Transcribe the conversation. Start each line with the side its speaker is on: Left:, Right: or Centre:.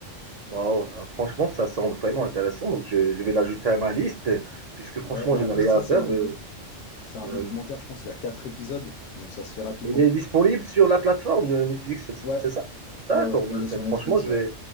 Right: Wow. Franchement, ça semble vraiment intéressant. Donc, je, je vais l'ajouter à ma liste, puisque franchement,
Left: Ouais, et
Right: je
Left: en
Right: n'ai
Left: plus,
Right: rien
Left: tu sais,
Right: à
Left: c'est
Right: faire.
Left: une,
Right: Euh,
Left: C'est un
Right: euh,
Left: documentaire, je pense, il y a quatre épisodes, donc ça se fait rapidement.
Right: elle est disponible sur la plateforme de Netflix, c'est
Left: Ouais,
Right: c'est ça? D'accord.
Left: ouais, ouais,
Right: Bah,
Left: il est
Right: c'est-
Left: sur
Right: franchement,
Left: Netflix,
Right: je
Left: ouais.
Right: vais,